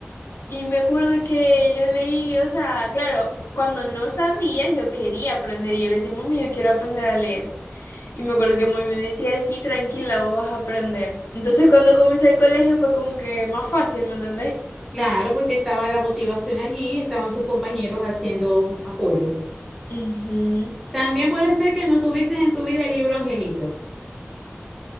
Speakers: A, on the left; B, in the centre.
A: Y me acuerdo que yo leí, o sea, claro, cuando no sabía, yo quería aprender y yo le decía, mami, yo quiero aprender a leer. Y me acuerdo que mami me decía, sí, tranquila, vos vas a aprender. Entonces, cuando comencé el colegio fue como que más fácil, ¿me entendés?
B: Claro, porque estaba la motivación allí, estaban tus compañeros haciendo apoyo.
A: Ujú.
B: También puede ser que no tuviste en tu vida el libro Angelito.